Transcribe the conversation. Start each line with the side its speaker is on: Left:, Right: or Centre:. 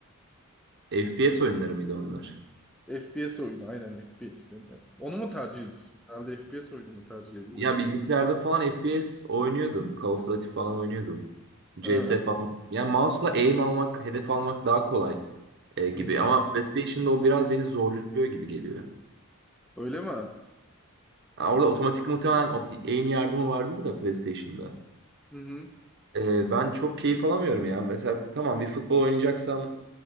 Right: e, FPS oyunları mıydı onlar?
Centre: FPS oyunu aynen FPS değil mi? Onu mu tercih ediyorsun? Herhalde FPS oyunu mu tercih ediyorsun?
Right: Ya bilgisayarda falan FPS oynuyordum. Call of Duty falan oynuyordum.
Centre: Ha,
Right: CS falan. Yani mouse'la aim almak, hedef almak daha kolay e, gibi.
Centre: hı hı.
Right: Ama PlayStation'da o biraz beni zorluyor gibi geliyor.
Centre: Öyle mi? Hı
Right: Ha, orada otomatik muhtemelen o aim yardımı vardır da PlayStation'da.
Centre: hı.
Right: E, ben çok keyif alamıyorum ya. Mesela tamam bir futbol oynayacaksam